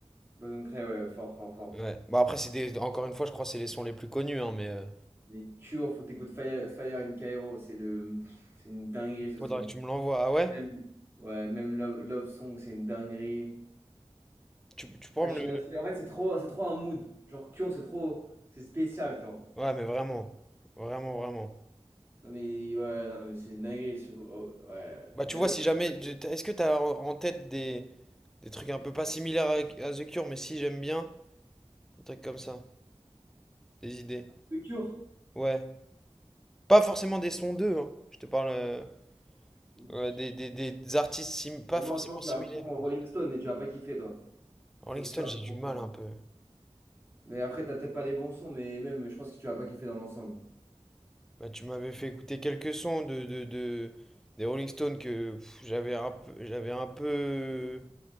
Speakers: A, on the right; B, in the centre.
A: Boys Don't Cry, ouais, fort, fort, fort.
B: Ouais. Bah après, c'est des... encore une fois, je crois que c'est les sons les plus connus, hein, mais euh,
A: Les Cure, faut que t'écoutes Fire, Fire in Cairo, c'est le, c'est une dinguerie ce
B: faudra
A: son.
B: que tu me l'envoies. Ah ouais?
A: Même, ouais, même Love, Love Song, c'est une dinguerie.
B: Tu, tu pourras
A: Machine
B: me le.
A: à Sweat, en fait, c'est trop, c'est trop un mood. Genre Cure, c'est trop, c'est spécial, genre.
B: Ouais, mais vraiment. Vraiment, vraiment.
A: Non mais ouais, non mais c'est une dinguerie. Sur, oh, ouais,
B: Bah tu
A: mais
B: vois,
A: euh,
B: si
A: faut
B: jamais.
A: pas que
B: tu- Est-ce que t'as en en tête des, des trucs un peu pas similaires à, à The Cure, mais si j'aime bien? Des trucs comme ça. Des idées.
A: le Cure.
B: Ouais. Pas forcément des sons d'eux, hein. Je te parle euh,
A: Ouf.
B: euh, des, des- des artistes sim- pas
A: Mais
B: forcément
A: Moi en ce moment, je
B: similaires.
A: suis à fond en
B: mais
A: Rolling Stone et tu vas pas kiffer, toi.
B: Rolling
A: C'est
B: Stone,
A: sûr à
B: j'ai
A: 100%.
B: du mal un peu.
A: Mais après, t'as peut-être pas les bons sons, mais même, je pense que tu vas pas kiffer dans l'ensemble.
B: Bah, tu m'avais fait écouter quelques sons de, de- de- des Rolling Stones que pff, j'avais un peu, j'avais un peu...